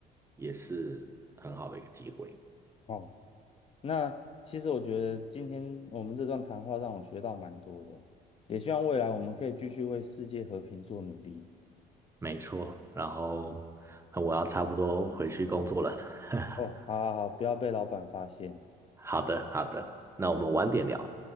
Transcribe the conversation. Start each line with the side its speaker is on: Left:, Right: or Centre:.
Right: 也是很好的一个机会。
Left: 哦。那其实我觉得今天我们这段谈话让我学到蛮多的，也希望未来我们可以继续为世界和平做努力。
Right: 没错，然后那我要差不多回去工作了。<laughs>
Left: 哦，好好好，不要被老板发现。
Right: 好的，好的，那我们晚点聊。